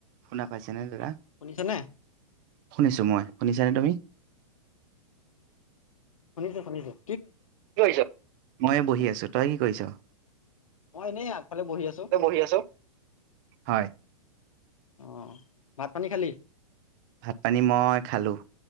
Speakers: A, on the right; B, on the left.
A: শুনা পাইছানে দাদা?
B: শুনিছা নে?
A: শুনিছো মই। শুনিছানে তুমি?
B: শুনিছোঁ, শুনিছোঁ।
A: কি কৰিছ? মই এই বহি আছোঁ। তই কি কৰিছ?
B: মই এনেই আগফালে বহি আছোঁ
A: তই বহি আছ? হয়,
B: অ'। ভাত পানী খালি?
A: ভাত পানী মই খালোঁ।